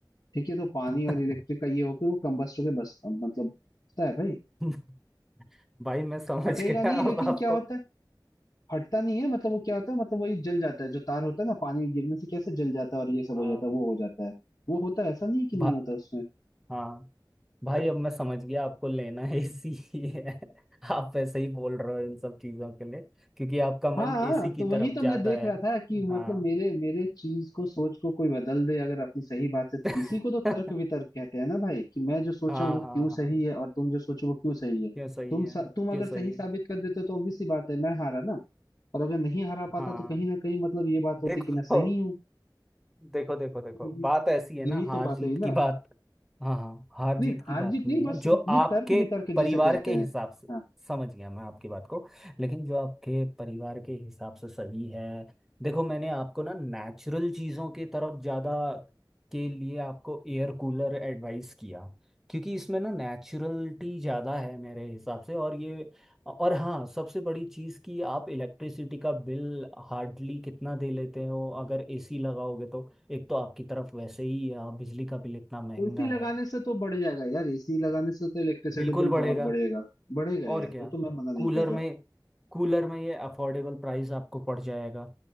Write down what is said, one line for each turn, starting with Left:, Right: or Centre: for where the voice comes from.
Left: ठीक है तो पानी
Centre: <laughs>
Left: और इलेक्ट्रिक का ये होके वो कंबस्ट होके बस मतलब होता है भाई
Centre: <laughs> भाई मैं समझ
Left: फटेगा
Centre: गया
Left: नहीं लेकिन
Centre: अब आपको
Left: क्या होता है फटता नहीं है मतलब वो क्या होता है मतलब वही जल जाता है जो तार होता है ना पानी गिरने से कैसे जल जाता है और ये सब
Centre: हाँ
Left: हो जाता है वो हो जाता है वो होता है ऐसा नहीं कि
Centre: भा,
Left: नहीं होता उसमें
Centre: हाँ भाई अब मैं समझ गया आपको लेना है एसी ही है <laughs> आप वैसे ही बोल रहे हो इन सब चीजों के लिए क्योंकि आपका मन
Left: हाँ हाँ
Centre: एसी की
Left: तो वही
Centre: तरफ
Left: तो
Centre: ज्यादा
Left: मैं देख
Centre: है
Left: रहा था कि
Centre: हाँ
Left: मतलब मेरे मेरे चीज को सोच को कोई बदल दे अगर अपनी सही बात से
Centre: <laughs>
Left: इसी को तो तर्क वितर्क कहते हैं ना भाई कि मैं जो सोचा
Centre: हाँ
Left: हूँ वो
Centre: हाँ
Left: क्यों
Centre: हाँ
Left: सही है और तुम जो सोचो वो क्यों सही है
Centre: क्यों सही
Left: तुम
Centre: है
Left: स- तुम
Centre: क्यों
Left: अगर सही
Centre: सही है
Left: साबित कर देते हो तो ऑब्वियस सी बात है मैं हारा ना और अगर नहीं हरा पाता
Centre: हाँ
Left: तो कहीं ना कहीं मतलब ये बात होती
Centre: देखो
Left: कि मैं सही हूँ
Centre: देखो देखो देखो
Left: यही
Centre: बात ऐसी है ना
Left: यही
Centre: हार
Left: तो बात
Centre: जीत
Left: हुई
Centre: की
Left: ना
Centre: बात हाँ हाँ हार
Left: नहीं
Centre: जीत की
Left: हार
Centre: बात
Left: जीत
Centre: नहीं
Left: नहीं बस
Centre: है जो
Left: ये
Centre: आपके
Left: तर्क वितर्क
Centre: परिवार
Left: जिसे कहते
Centre: के
Left: हैं
Centre: हिसाब से
Left: हाँ
Centre: समझ गया मैं आपकी बात को लेकिन जो आपके परिवार के हिसाब से सही है देखो मैंने आपको ना नेचुरल चीज़ों की तरफ ज़्यादा के लिए आपको एयर कूलर एडवाइस किया क्योंकि इसमें ना नेचुरलिटी ज़्यादा है मेरे हिसाब से और ये और हाँ सबसे बड़ी चीज़ कि आप इलेक्ट्रिसिटी का बिल हार्डली कितना दे लेते हो अगर एसी लगाओगे तो एक तो आपकी तरफ वैसे ही अ, बिजली का बिल इतना महंगा
Left: तो एसी लगाने
Centre: है
Left: से तो बढ़ जाएगा यार एसी लगाने से तो इलेक्ट्रिसिटी
Centre: बिल्कुल
Left: बिल
Centre: बढ़ेगा
Left: बहुत बढ़ेगा बढ़ेगा
Centre: और
Left: यार
Centre: क्या
Left: वो तो मैं मना नहीं
Centre: कूलर
Left: कर
Centre: में
Left: रहा
Centre: कूलर में ये अफोर्डेबल प्राइस आपको पड़ जाएगा